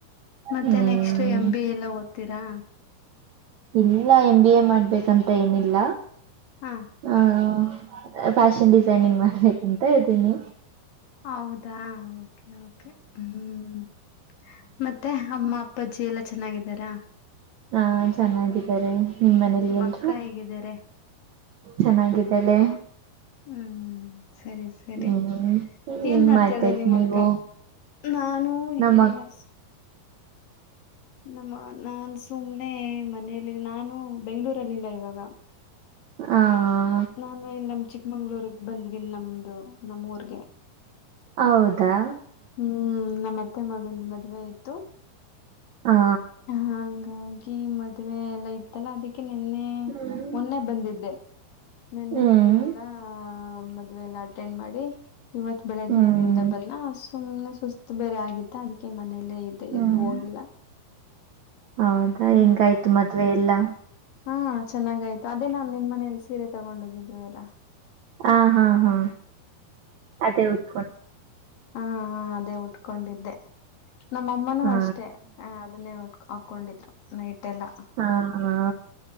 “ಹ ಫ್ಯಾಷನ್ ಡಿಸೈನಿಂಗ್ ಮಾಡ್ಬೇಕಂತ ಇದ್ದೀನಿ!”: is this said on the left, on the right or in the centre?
Right